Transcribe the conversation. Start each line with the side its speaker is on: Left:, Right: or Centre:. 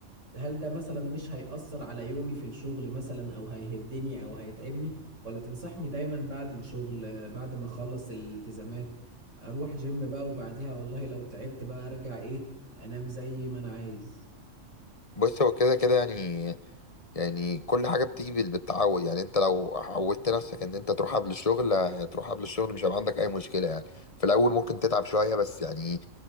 Right: هل ده مثلا مش هيأثر على يومي في الشغل مثلا او هيهدني او هيتعبني ولا تنصحني دايما بعد الشغل آه، بعد ما اخلص الالتزامات اروح جيم بقى وبعديها والله لو تعبت بقى ارجع ايه انام زي ما انا عايز
Left: بص هو كده كده يعني يعني كل حاجه بتيجي بال- بالتعود يعني انت لو عودت نفسك ان انت تروح قبل الشغل هتروح قبل الشغل مش هيبقى عندك اي مشكله يعني في الاول ممكن تتعب شويه بس يعني